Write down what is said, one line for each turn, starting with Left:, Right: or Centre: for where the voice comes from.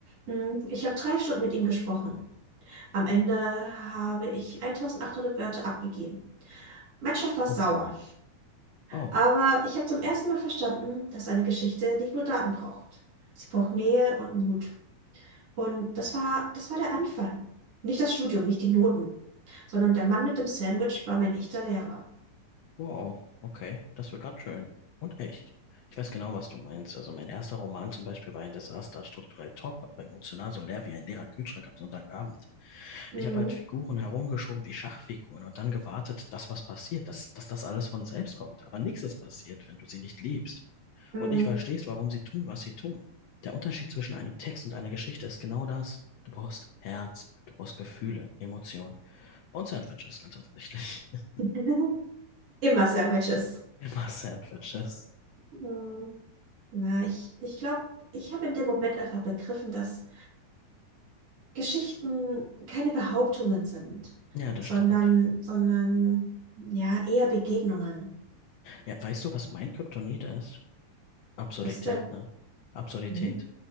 Right: Hm, Ich habe drei Stunden mit ihm gesprochen. Am Ende habe ich 1800 Wörter abgegeben. Mein Chef war sauer,
Left: Oh, oh,
Right: aber ich habe zum ersten Mal verstanden, dass eine Geschichte nicht nur Daten braucht. Sie braucht Nähe und Mut. Und das war, das war der Anfang. Nicht das Studium, nicht die Noten, sondern der Mann mit dem Sandwich war mein echter Lehrer.
Left: wow. Okay, das wird gerade schön. Und echt. Ich weiß genau, was du meinst. Also mein erster Roman zum Beispiel war ein Desaster, strukturell top, aber emotional so leer wie ein leerer Kühlschrank am Sonntagabend.
Right: Mhm.
Left: Ich habe halt Figuren herumgeschoben wie Schachfiguren und dann gewartet, dass was passiert, dass, dass das alles von selbst kommt. Aber nichts ist passiert, wenn du sie nicht liebst.
Right: Mhm.
Left: und nicht verstehst, warum sie tun, was sie tun. Der Unterschied zwischen einem Text und einer Geschichte ist genau das. Du brauchst Herz, du brauchst Gefühle, Emotionen und Sandwiches, ganz offensichtlich. <laughs>
Right: <laughs> Immer Sandwiches.
Left: Immer Sandwiches.
Right: Mhm. Na, ich, ich glaube, ich habe in dem Moment einfach begriffen, dass Geschichten keine Behauptungen sind,
Left: Ja, das
Right: sondern,
Left: stimmt.
Right: sondern ja, eher Begegnungen.
Left: Ja, weißt du, was mein Kryptonit ist? Absurdität,
Right: Was denn?
Left: ne? Absurdität.
Right: Hm?